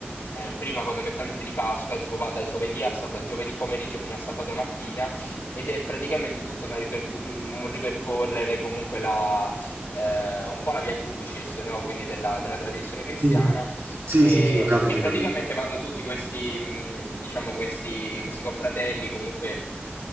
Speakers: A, on the left; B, on the right.
A: eh, prima fondamentalmente di Pasqua, tipo va da giovedì, a sab- giovedì pomeriggio fino a sabato mattina ed è praticamente tutta una ripercu- un ripercorrere comunque la, eh, un po' la Via Crucis, no? Quindi della, della tradizione cristiana.
B: Mm. Sì,
A: E,
B: sì, sì, ho capito,
A: e praticamente
B: ho capito.
A: vanno tutti questi, mh, diciamo, questi, questi confratelli, comunque